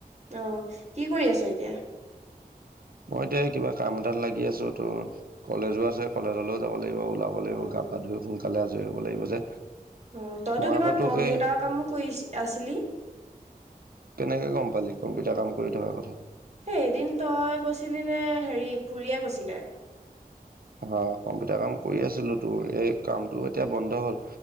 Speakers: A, on the right; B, on the right.
A: অহ কি কৰি আছ এতিয়া?
B: মই এতিয়া কিবা কাম এটাত লাগি আছো তোৰ কলেজো আছে কলেজলৈও যাব লাগে। লাগিব ওলাব লাগিব
A: অ',
B: গা পা ধুই সোনকালে আজৰি হ'ব লাগিব যে
A: অ তইতো
B: মই
A: কিবা
B: আকৌ তোক
A: কম্পিউটাৰ
B: এই
A: কামো কৰি আছিলি।
B: কেনেকে গম পালি কম্পিউটাৰ কাম কৰি থকাৰ কথা।
A: হে এদিন তই কৈছিলি নে হেৰি খুৰীয়ে কৈছিলে।
B: অ কম্পিউটাৰ কাম কৰি আছিলো তো এই কামটো এতিয়া বন্ধ হ'ল